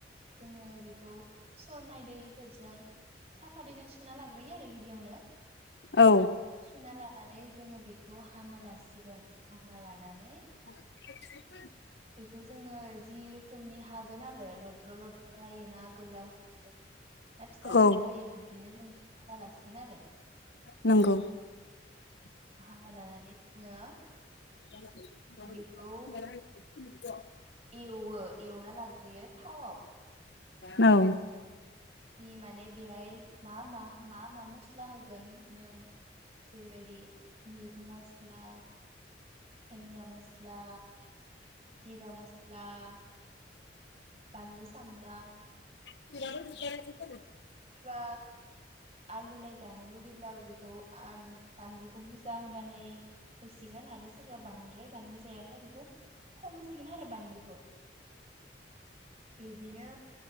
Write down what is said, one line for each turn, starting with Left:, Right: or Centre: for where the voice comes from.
Right: जोङो बेखौ सरनाय दैफोरजों साफा दैजों सुना लाग्रोयो आरो गिबियावनो
Left: औ
Right: सुना लानान जोङो बेखौ हाना लासिगोन हाना लानानै
Left: <inaudible>
Right: बेखौ जोङो जि रोखोमनि हागोन आरो लद्र' लद्र' हायो ना गोलाव हायो ना फिसा फिसा
Left: औ
Right: हायो बिब्दिनो जों हाना लासिगोन आरोे
Left: नोंगौ
Right: ना लानानै जोङो
Left: <inaudible>
Right: बेखौ एवो एवना लाग्रोयो थावआव
Left: औ
Right: जि माने बेहाय मा मा मा मा मस स्ला होगोन नों जेरैबायदि मिट मस्ला दानिया मस्ला जिरा मस्ला <inaudible> बानलु सामब्राम
Left: <inaudible>
Right: फोरा आलु नाय जानो लुुबैब्ला बेखौ आम बानलुखौ बुरजा होनानै होसिगोन आरो सोरबा बांद्राय बानलु जायाब्ला बेखौ खम होसिगोन आरो बानलुखौ बिब्दिनो